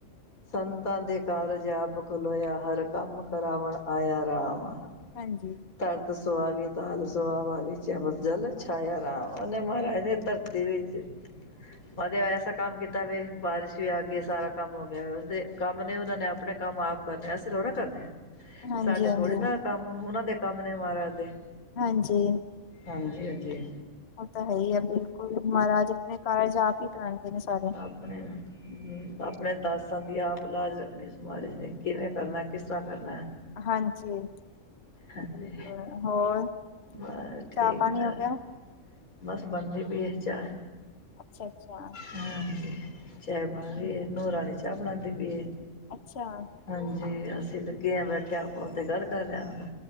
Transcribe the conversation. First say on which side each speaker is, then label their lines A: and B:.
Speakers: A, on the left; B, on the left.
A: ਸੰਤਾਂ ਦੇ ਕਾਰਜ ਆਪ ਖਲੋਇਆ ਹਰ ਕੰਮ ਕਰਾਵਣ ਆਇਆ ਰਾਮ।
B: ਹਾਂਜੀ
A: ਤਰਤ ਸੁਆਦ ਤੇਲ ਸੁਆਦ ਵੀ ਚਮਚ ਜਲ ਛਾਇਆ ਰਾਮ ਉਹਨੇ ਮਹਾਰਾਜ ਨੇ ਧਰਤੀ ਵਿੱਚ ਮਹਾਦੇਵ ਐਸਾ ਕੰਮ ਕੀਤਾ ਵੇ ਬਾਰਿਸ਼ ਵੀ ਆ ਗਈ, ਸਾਰਾ ਕੰਮ ਹੋ ਗਿਆ ਉਸਦੇ ਕੰਮ ਨੇ ਉਹਨਾਂ ਨੇ ਆਪਣੇ ਕੰਮ ਆਪ ਕਰਨੇ ਅਸੀਂ ਥੋੜ੍ਹ ਕਰਨੇ।
B: ਹਾਂਜੀ-ਹਾਂਜੀ,
A: ਸਾਡੇ
B: ਹਾਂਜੀ
A: ਥੋੜੇ ਨਾ
B: ਹਾਂਜੀ
A: ਕੰਮ ਉਹਨਾਂ ਦੇ ਕੰਮ ਨੇ ਮਹਾਰਾਜ ਦੇ।
B: ਹਾਂਜੀ।
A: ਹਾਂਜੀ-ਹਾਂਜੀ।
B: ਉਹ ਤਾਂ ਹੈ ਹੀ ਆ ਬਿਲਕੁਲ, ਮਹਾਰਾਜ ਆਪਣੇ ਕਾਰਜ ਆਪ ਹੀ ਕਰਾਉਂਦੇ ਨੇ ਸਾਰੇ।
A: ਸੁੁਪਣੇ ਦਾ, ਹੂੰ, ਆਪਣੇ ਦਾਸਾਂ ਦੀ ਆਪ ਲਾਜ ਰੱਖਣੀ ਸਮਾਜ ਨੇ ਕਿਵੇਂ ਕਰਨਾ ਕਿਸ ਤਰ੍ਹਾਂ ਕਰਨਾ।
B: ਹਾਂਜੀ।
A: ਹਾਂਜੀ
B: ਕੁ ਹੋਰ
A: ਬਸ ਠੀਕ
B: ਚਾਹ ਪਾਣੀ
A: ਠਾਕ
B: ਹੋ ਗਿਆ?
A: ਬਸ ਬਣਦੀ ਪਈ ਏ ਚਾਹ।
B: ਅੱਛਾ-ਅੱਛਾ।
A: ਹਾਂ, ਚਾਹ ਬਣ ਰਹੀ
B: ਹਮ,
A: ਹੈ ਨੂਹ ਰਾਣੀ ਚਾਹ ਬਣਾਂਦੀ ਪਈ ਏ।
B: ਅੱਛਾ
A: ਹਾਂਜੀ ਅਸੀਂ ਲੱਗੇ ਹਾਂ ਬੈਠਿਆ ਫੋਨ ਤੇ ਗੱਲ ਕਰ ਰਹੇ ਆ।